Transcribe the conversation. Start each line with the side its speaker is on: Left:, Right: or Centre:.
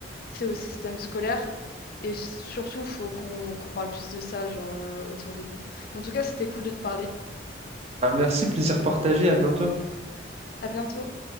Left: tu sais, au système scolaire et surtout, faut qu'on qu'on parle plus de ça genre, euh, autour de nous. Bon, en tout cas, c'était cool de te parler.
Right: Bah, merci, plaisir partagé, à bientôt.
Left: À bientôt.